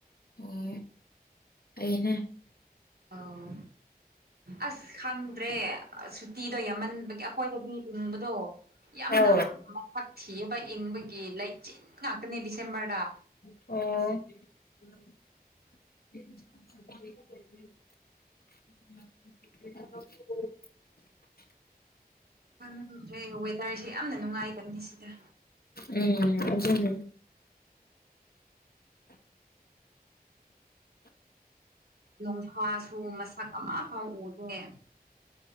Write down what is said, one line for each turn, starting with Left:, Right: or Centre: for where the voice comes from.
Left: ꯑꯣ ꯐꯩꯅꯦ
Right: ꯑꯧ ꯑꯁ ꯈꯪꯗ꯭ꯔꯦ ꯑꯁ ꯁꯨ ꯇꯤꯗꯣ ꯌꯥꯝꯃꯟꯕꯒꯤ ꯑꯈꯣꯏꯗꯗꯤ ꯏꯪꯕꯗꯣ ꯌꯥꯝꯅ
Left: ꯑꯧ
Right: ꯃ ꯁꯛ ꯊꯤꯌꯦꯕ ꯏꯪꯕꯒꯤ ꯂꯩꯆꯤꯟ ꯉꯥꯛꯇꯅꯦ ꯗꯤꯁꯦꯝꯕꯔꯗ꯫
Left: ꯑꯣ <unintelligible>
Right: ꯈꯪꯗ꯭ꯔꯦ ꯋꯦꯗꯔꯁꯦ ꯌꯥꯝꯅ ꯅꯨꯡꯉꯥꯏꯗꯕꯅꯤ ꯁꯤꯗ꯫
Left: ꯎꯝ ꯑꯗꯨꯅꯦ
Right: ꯅꯣꯡꯁꯥꯁꯨ ꯃꯁꯛ ꯑꯃ ꯐꯥꯎ ꯎꯗꯦ꯫